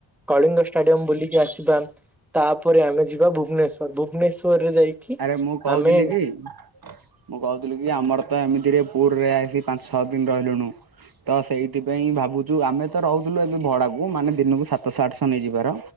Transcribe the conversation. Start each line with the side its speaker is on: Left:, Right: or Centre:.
Centre: କଳିଙ୍ଗ ଷ୍ଟାଡିୟମ। ବୁଲିକି ଆସିବା ତାପରେ ଆମେ ଯିବା ଭୁବନେଶ ଭୁବନେଶ୍ଵରରେ ଯାଇକି
Right: ଆରେ ମୁଁ
Centre: ଆମେ
Right: <unintelligible> ମୁଁ କହୁଥିଲି କି ଆମର ତ ଏମିତିରେ ପୁରରେ ଆସିକି ପାଞ୍ଚ ଛଅ ଦିନ ରହିଲୁଣୁ ତ ସେଇଥିପାଇଁ ଭାବୁଚୁ ଆମେ ତ ରହୁଥିଲୁ ଏବେ ଭଡା କୁ ମାନେ ଦିନକୁ ସାତଶହ ଆଠଶହ ନେଇଯିବାର